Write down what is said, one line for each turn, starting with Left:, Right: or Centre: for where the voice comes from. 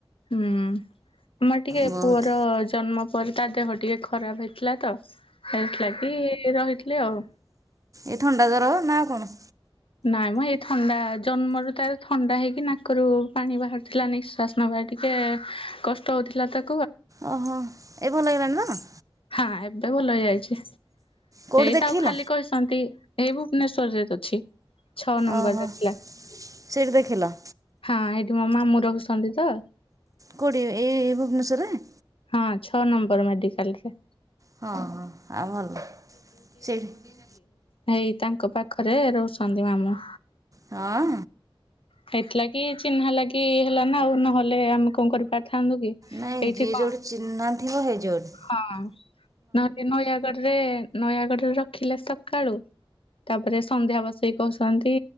Left: ହୁଁ ଆମର ଟିକେ
Right: ବହୁତ
Left: ପୁଅର ଜନ୍ମ ପରେ ତା ଦେହ ଟିକେ ଖରାପ ହେଇଥିଲା ତ। ହେଇଥିଲାଗି ରହିଥିଲି ଆଉ।
Right: ଏଇ ଥଣ୍ଡା ଜର ନା ଆଉ କଣ?
Left: ନାଇଁ ମ ଏଇ ଥଣ୍ଡା ଜନ୍ମରୁ ତାର ଥଣ୍ଡା ହେଇକି ନାକରୁ ପାଣି ବାହାରୁଥିଲା ନିଶ୍ୱାସ ନବା ଟିକେ କଷ୍ଟ ହଉଥିଲା ତା
Right: ଓହୋ ଏ ଭଲ ହେଇଗଲାଣିି ତ।
Left: ହଁ ଏବେ ଭଲ ହେଇଯାଇଚି।
Right: କେଉଁଠି
Left: ଏଇ
Right: ଦେଖେଇଲ
Left: ତ ଆଉ ଖାଲି କହିସନ୍ତି। ଏଇ ଭୁବନେଶ୍ୱରରେ ଅଛି। ଛଅ ନମ୍ବରରେ
Right: ଓହୋ
Left: ଥିଲା
Right: ସେଇଠି ଦେଖିଲ।
Left: ହ ଏଇଠି ମୋ ମାମୁଁ ରହୁଛନ୍ତି ତ।
Right: କୋଉଠି ଏଇ ଭୁବନେଶ୍ୱରରେ?
Left: ହଁ ଛଅ ନମ୍ବର ମେଡିକାଲରେ।
Right: ହଁ ହଁ ଆଉ ଭଲ ସେଇଠି
Left: ହେଇ ତାଙ୍କ ପାଖରେ ରହୁଛନ୍ତି ମାମୁଁ।
Right: ହଁ।
Left: ହେଇଥିଲାଗି ଚିହ୍ନା ଲାଗି ହେଲା ନା ଆଉ ନହଲେ ଆମେ କଣ କରିପାର ଥାନ୍ତୁ କି
Right: ନାଇଁ
Left: ଏଇଠି
Right: ଯିଏ
Left: ପା
Right: ଯେଉଁଠି ଚିହ୍ନା ଥିବ ହେଇ ଯେଉଁଠି
Left: ହଁ ନହେଲେ ନୟାଗଡରେ ନୟାଗଡ ଯୋଉ ରଖିଲେ ସକାଳୁ ତାପରେ ସନ୍ଧ୍ୟା ବସେଇକି କହୁଛନ୍ତି